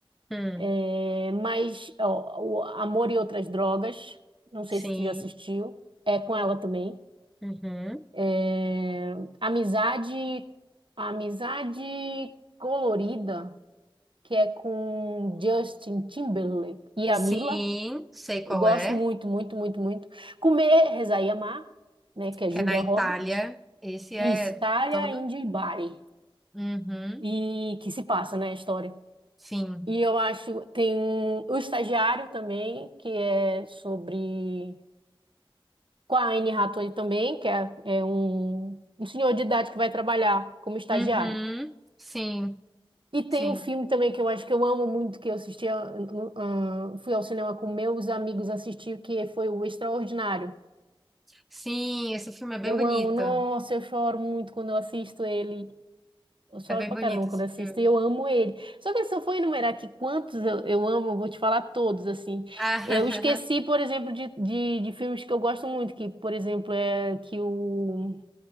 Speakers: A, in the centre; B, on the right.
A: Hum.
B: Eh, mas, ó, o Amor e Outras Drogas, não sei
A: Sim.
B: se tu já assistiu, é com ela também.
A: Uhum.
B: Eh, Amizade, Amizade Colorida que é com Justin Timberlake e
A: Sim,
B: a Mila.
A: sei qual
B: Eu gosto
A: é.
B: muito, muito, muito, muito. Comer, Rezar e Amar, né, que é
A: que
B: Julia
A: é na Itália.
B: Roberts.
A: Esse
B: Isso,
A: é
B: Thalia,
A: todo?
B: Índio e Bari.
A: Uhum,
B: E que se passa, né, a história.
A: sim.
B: E eu acho, tem um- o Estagiário também, que é sobre... Com a Anne Hathaway também, que é, é um, um senhor de idade que vai trabalhar como estagiário.
A: Uhum, sim,
B: E tem
A: sim.
B: um filme também que eu acho que eu amo muito, que eu assisti, ah, ah, fui ao cinema com meus amigos assistir, que foi o Extraordinário.
A: Sim, esse filme é bem
B: Eu
A: bonito.
B: amo, nossa, eu choro muito quando eu assisto ele. Eu choro
A: É bem
B: pra
A: bonito
B: caramba
A: esse
B: quando assisto,
A: filme.
B: e eu amo ele. Só que se eu for enumerar aqui quantos eu, eu amo, eu vou te falar todos, assim.
A: Ah,
B: Eu esqueci, por exemplo, de, de, de filmes que eu gosto muito, que, por exemplo, é que o